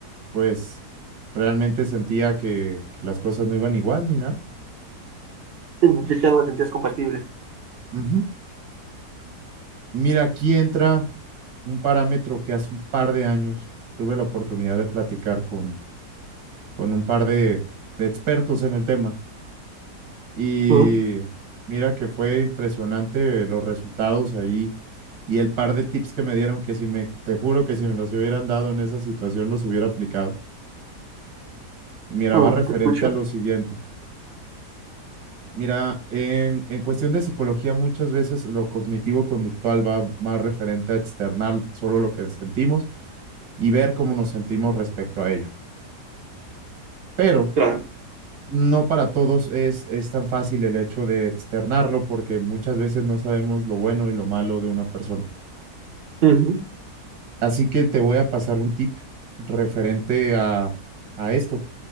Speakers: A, on the right (about 80°); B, on the right (about 55°).
A: pues realmente sentía que, que las cosas no iban igual ni nada.
B: Sí, Ya no las sentías compatibles.
A: Ujú. Y mira, aquí entra un parámetro que hace un par de años tuve la oportunidad de platicar con, con un par de, de expertos en el tema Y
B: Ujú,
A: mira que fue impresionante los resultados ahí y el par de tips que me dieron que si me, te juro que si me los hubieran dado en esa situación los hubiera aplicado. Y mira,
B: ujú,
A: va referente
B: Te escucho.
A: a lo siguiente. Mira, en, en cuestión de psicología muchas veces lo cognitivo-conductual va más referente a externar solo lo que sentimos y ver cómo nos sentimos respecto a ello. Pero
B: Claro.
A: no para todos es, es tan fácil el hecho de externarlo porque muchas veces no sabemos lo bueno y lo malo de una persona.
B: Ujú.
A: Así que te voy a pasar un tip referente a, a esto